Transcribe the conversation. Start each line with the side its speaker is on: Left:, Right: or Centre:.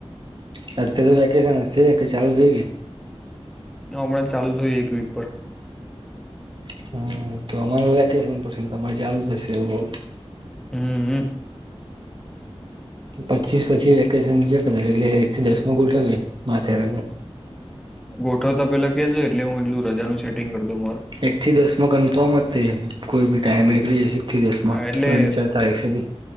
Right: હ અ તો વેકેશન હશે કે ચાલુ થઈ ગયુ.
Centre: હમણાં ચાલુ થયું એક વીક પર
Right: હમ તો અમારુ વેકેશન પર છે તમારે ચાલુ થશે એવું.
Centre: હમ.
Right: પચીસ પછી વેકેશન છે ક એટલે એક થી દસમ ગોઠવી માથેરાું.
Centre: ગોઠવતા પેલા કેજો એટલે હું એટલું રજાનું સેટિંગ કર દઉ મારુ.
Right: એક થી દસ માં કન્ફોર્મ તે કોઈ બી ટાઈમ નીકળી જશે એક થી દસ
Centre: હા
Right: માં
Centre: એટલે
Right: ત્રણ ચાર તારીખ સુધી.